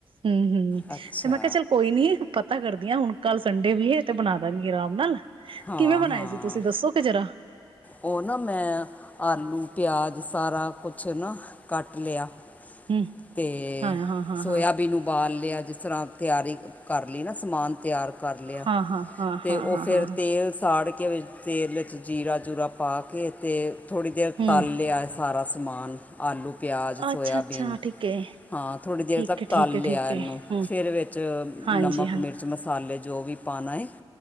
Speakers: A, on the right; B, on the left.
A: ਹਮ ਹਮ
B: ਅੱਛਾ
A: ਤੇ ਮੈਂ ਕਿਹਾ ਚੱਲ ਕੋਈ ਨੀ ਪਤਾ ਕਰਦੀਆਂ ਹੁਣ ਕੱਲ੍ਹ ਸੰਡੇ ਵੀ ਹੈ ਤੇ ਬਣਾ ਦਾਂਗੀ ਆਰਾਮ ਨਾਲ
B: ਹਾਂ
A: ਕਿਵੇਂ ਬਣਾਏ
B: ਹਾਂ
A: ਸੀ ਤੁਸੀਂ ਦੱਸੋਗੇ ਜਰਾ
B: ਉਹ ਨਾ ਮੈਂ ਆਲੂ ਪਿਆਜ਼ ਸਾਰਾ ਕੁਛ ਨਾ ਕੱਟ ਲਿਆ
A: ਹਮ
B: ਤੇ
A: ਹਾਂ ਹਾਂ ਹਾਂ
B: ਸੋਇਯਬੀਨ
A: ਹਾਂ
B: ਉਬਾਲ ਲਿਆ ਜਿਸ ਤਰ੍ਹਾਂ ਤਿਆਰੀ ਕਰ ਲਈ ਨਾ ਸਮਾਨ ਤਿਆਰ ਕਰ ਲਿਆ
A: ਹਾਂ-ਹਾਂ-ਹਾਂ-ਹਾਂ-ਹਾਂ-ਹਾਂ
B: ਅਤੇ ਉਹ ਫਿਰ ਤੇਲ ਸਾੜ ਕੇ ਵਿੱਚ ਤੇਲ ਦੇ ਵਿੱਚ ਜੀਰਾ ਜੂਰਾ ਪਾ ਕੇ ਤੇ ਥੋੜ੍ਹੀ ਦੇਰ
A: ਹੂੰ
B: ਤਲ ਲਿਆ ਸ ਸਾਰਾ ਸਮਾਨ, ਆਲੂ ਪਿਆਜ਼ ਸੋਇਆਬੀਨ
A: ਅੱਛਾ ਅੱਛਾ ਠੀਕ ਹੈ
B: ਹਾਂ ਥੋੜ੍ਹੀ ਦੇਰ
A: ਠੀਕ
B: ਤੱਕ
A: ਹੈ
B: ਤਲ
A: ਠੀਕ ਹੈ
B: ਲਿਆ
A: ਠੀਕ
B: ਇਹਨੂੰ
A: ਹੈ ਹੂੰ
B: ਫਿਰ ਵਿੱਚ
A: ਹਾਂਜੀ
B: ਨਮਕ
A: ਹਾਂ
B: ਮਿਰਚ ਮਸਾਲੇ ਜੋ ਵੀ ਪਾਨਾ ਏ